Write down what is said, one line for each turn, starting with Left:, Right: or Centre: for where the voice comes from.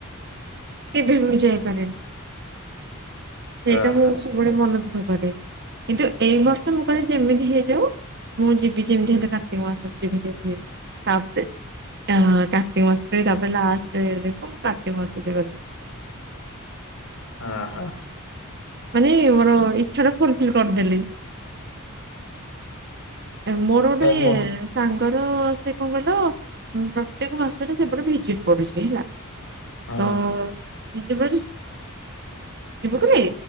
Right: କେବେବି ମୁଁ ଯାଇପାରେନି। ସେଇଟା
Left: ଓହୋ
Right: ମୁଁ ସବୁବେଳେ ମନ ଦୁଃଖ କରେ କିନ୍ତୁ ଏଇ ବର୍ଷ ମୁଁ କହିଲି ଯେମିତି ହେଇଯାଉ ମୁଁ ଯିବି ଯେମିତି ହେଲେ କାର୍ତ୍ତିକ ମାସ ଯେମିତି ହେଲେ ଯିବି ତାପରେ ଆ କାର୍ତ୍ତିକ ମାସେରେ ତାପରେ ଲାଷ୍ଟ ବେଳକୁ ମୁ କାର୍ତ୍ତିକ ମାସରେ ଗଲି।
Left: ହଁ ହ।
Right: ମାନେ ମୋର ଇଚ୍ଛା ଟା ଫୁଲଫିଲ୍ କରିଦେଲି। ମୋର
Left: ନାଇଁ
Right: ଗୋଟେ
Left: ମୁଁ
Right: ତାଙ୍କର ସେ କଣ କହିଲ ଉ ପ୍ରତ୍ୟେକ ମାସରେ ସେପଟେ ଭିଜିଟ୍ ପଡୁଚି ହେଲା।
Left: ହଁ।
Right: ତ <inaudible> ଯିବୁ କିରେ।